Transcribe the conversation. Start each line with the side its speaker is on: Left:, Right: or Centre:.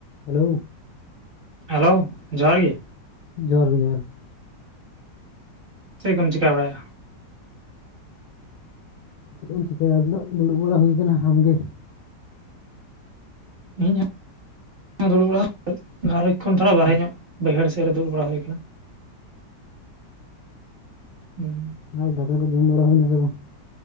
Left: Hello
Right: hello ᱡᱚᱦᱟᱨ ᱜᱮ
Left: ᱡᱚᱦᱟᱨ ᱜᱮ ᱡᱚᱦᱟᱨ
Right: ᱪᱮᱫ ᱠᱚᱢ ᱪᱤᱠᱟᱹ ᱵᱟᱲᱟᱭᱟ?
Left: ᱪᱮᱫ ᱮᱢ ᱪᱤᱠᱟᱹᱭᱟ ᱟᱥ ᱫᱩᱲᱩᱵ ᱵᱟᱲᱟ ᱦᱩᱭ ᱟᱠᱟᱱᱟ ᱟᱢᱜᱮ
Right: ᱤᱧᱦᱚᱸ ᱫᱩᱲᱩᱵᱲᱟ ᱜᱟᱞᱚᱪ ᱠᱷᱚᱱ ᱛᱷᱚᱲᱟ
Left: ᱟᱪᱪᱷᱟ,
Right: ᱵᱟᱨᱦᱮ ᱧᱚᱜ ᱵᱟᱹᱭᱦᱟᱹᱲ ᱥᱮᱫ ᱨᱮ ᱫᱩᱲᱩᱵ ᱵᱟᱲᱟ ᱦᱩᱭ ᱟᱠᱟᱱᱟ᱾ ᱦᱩᱸ
Left: ᱦᱮᱸ ᱟᱨ ᱫᱟᱠᱟ ᱠᱚ ᱡᱚᱢ ᱵᱟᱲᱟ ᱦᱩᱭᱱᱟ ᱥᱮ ᱵᱟᱝ?